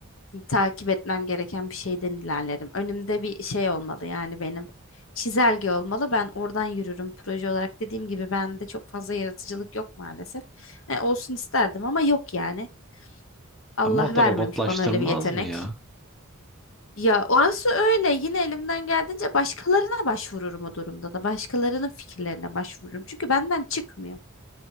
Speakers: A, on the left; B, in the centre.
A: takip etmem gereken bir şeyden ilerlerim. Önümde bir şey olmalı yani benim. Çizelge olmalı. Ben oradan yürürüm. Proje olarak dediğim gibi bende çok fazla yaratıcılık yok maalesef. E, olsun isterdim ama yok yani. Allah
B: Ama o da
A: vermemiş
B: robotlaştırmaz
A: bana öyle bir yetenek.
B: mı ya?
A: Ya orası öyle. Yine elimden geldiğince başkalarına başvururum o durumda da. Başkalarının fikirlerine başvururum. Çünkü benden çıkmıyor.